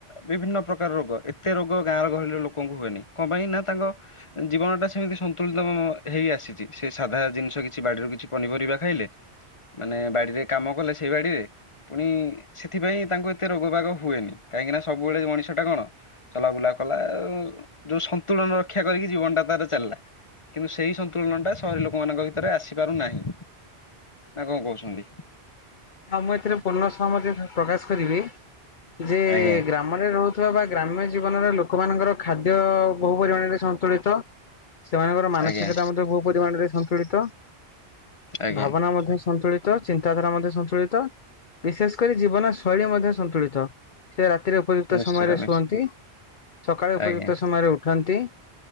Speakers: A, on the left; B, on the left.
A: ବିଭିନ୍ନ ପ୍ରକାର ରୋଗ ଏତେ ରୋଗ ଗାଁର ଗହଳିର ଲୋକଙ୍କୁ ହୁଏନି। କଣ ପାଇଁ ନା ତାଙ୍କ ଜୀବନ ଟା ସେମିତି ସନ୍ତୁଳିତ ହେଇ ଆସିଛି ସେ ସାଧା ଜିନିଷ କିଛି ବାଡିରୁ କିଛି ପନିପରିବା ଖାଇଲେ। ମାନେ ବାଡିରେ କାମ କଲେ ସେଇ ବାଡିରେ ପୁଣି ସେଥିପାଇଁ ତାଙ୍କୁ ଏତେ ରୋଗ ବାଗ ହୁଏନି। କାହିଁକି ନା ସବୁବେଳେ ମଣିଷଟା କଣ? ଚଲାବୁଲା କଲା ଯୋଉ ସନ୍ତୁଳନ ରକ୍ଷା କରିକି ଜୀବନ ଟା ତାର ଚାଲିଲା। କିନ୍ତୁ ସେହି ସନ୍ତୁଳନଟା ସହରୀ ଲୋକମାନଙ୍କ ଭିତରେ ଆସିପାରୁନାହିଁ। ନା କଣ କହୁଛନ୍ତି?
B: ହଉ ମୁଁ ଏଥିରେ ପୂର୍ଣ୍ଣ ସହମତ ପ୍ରକାଶ କରିବି। ଯେ
A: ଆଜ୍ଞା
B: ଗ୍ରାମ ଗ୍ରାମରେ ରହୁଥିବା ବା ଗ୍ରାମ୍ୟ ଜୀବନରେ ଲୋକମାନଙ୍କର ଖାଦ୍ୟ ବହୁ ପରିମାଣରେ ସନ୍ତୁଳିତ। ସେମାନଙ୍କର ମାନସିକତା
A: ଆଜ୍ଞା
B: ମଧ୍ୟ ବହୁ ପରିମାଣରେ ସନ୍ତୁଳିତ
A: ଆଜ୍ଞା
B: ଭାବନା ମଧ୍ୟ ସନ୍ତୁଳିତ। ତ ଚିନ୍ତାଧାରା ମଧ୍ୟ ସ ତୁଳା ବିଶେଷ କରି ଜୀବନ ଶୈଳୀ ମଧ୍ୟ ସନ୍ତୁଳିତ ସେ ରାତିରେ ଉପଯୁକ୍ତ
A: ନିଶ୍ଚିତ
B: ସମୟରେ
A: ନିଶ୍ଚିତ
B: ଶୁଅନ୍ତି ସକାଳେ ଉପଯୁକ୍ତ
A: ଆଜ୍ଞା
B: ସମୟରେ ଉଠନ୍ତି।